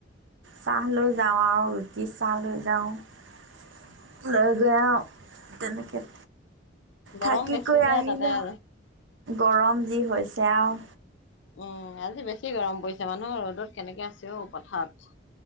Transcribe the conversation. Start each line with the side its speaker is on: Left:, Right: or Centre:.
Right: চাহ লৈ যাওঁ আৰু ৰুটি চাহ লৈ যাওঁ। লৈ গৈ অও তেনেকে
Left: গৰম
Right: থাকি
Left: বেছি
Right: কৈ
Left: যে
Right: আহিলো।
Left: তাতে আৰু।
Right: গৰম যি হৈছে আৰু।
Left: উম আজি বেছি গৰম পৰিছে মানুহ ৰ'দত কেনেকে আছে অ' পথাৰত।